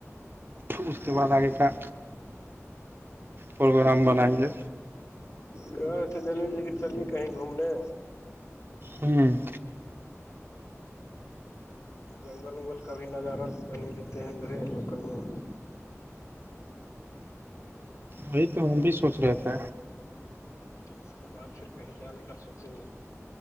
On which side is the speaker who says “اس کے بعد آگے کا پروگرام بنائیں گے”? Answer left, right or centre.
Right